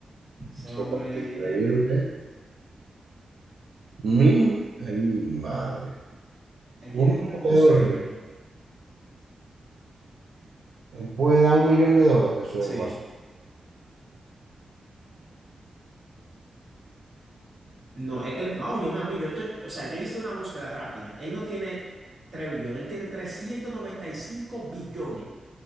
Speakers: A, on the right; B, on the right.
A: Ese
B: Eso
A: hombre,
B: es increíble. ¿eh? Mi,
A: wow.
B: ay, mi madre.
A: Él tiene
B: Un
A: como
B: millón
A: 12
B: de dólares.
A: billones.
B: Él puede dar un millón de dólares, eso
A: Sí.
B: es más
A: No, es que, él- no, óyeme a mí, yo estoy, o sea, yo hice una búsqueda rápida. Él no tiene 3 billones, él tiene 395 billones.